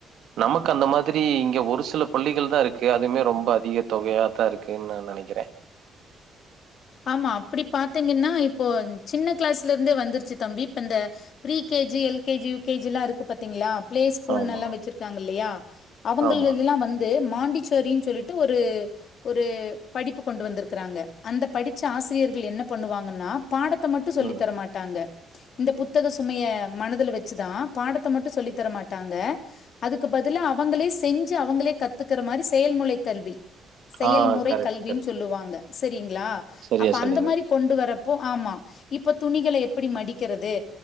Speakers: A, on the right; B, on the left.
A: நமக்கு அந்த மாதிரி இங்க ஒரு சில பள்ளிகள் தான் இருக்கு அதுமே ரொம்ப அதிக தொகையாதான் இருக்குன்னு நான் நினைக்கிறேன்
B: ஆமா அப்படி பாத்தீங்கன்னா இப்போ சின்ன கிளாஸ்ல இருந்தே வந்துருச்சு தம்பி இப்ப இந்த பரீ கேஜி எல்கேஜி யுகேஜி எல்லாம் இருக்கு பார்த்தீங்களா பிளே ஸ்கூல்
A: ஆமா
B: எல்லாம் வச்சிருக்காங்க இல்லையா அவங்க
A: ஆமா
B: இதெல்லாம் வந்து மாண்டிச்சோரினு சொல்லிட்டு ஒரு ஒரு படிப்பு கொண்டு வந்திருக்கிறாங்க அந்த படித்த ஆசிரியர்கள் என்ன பண்ணுவாங்கன்னா பாடத்தை மட்டும் சொல்லித்தரமாட்டாங்க
A: ம்
B: இந்த புத்தக சுமைய மனதுல வச்சுதான் பாடத்தை மட்டும் சொல்லி தரமாட்டாங்க அதுக்கு பதிலா அவங்களே செஞ்சு அவங்களே கத்துக்கிற மாதிரி செயல்முறை கல்வி செயல்முறை
A: ஆ கரெக்ட்
B: கல்வின்னு
A: கரெக்ட்
B: சொல்லுவாங்க சரிங்களா
A: சரியா
B: அப்ப
A: சொன்னீங்க
B: அந்த மாரி கொண்டு வரப்போ ஆமா இப்ப துணிகள எப்டி மடிக்கறது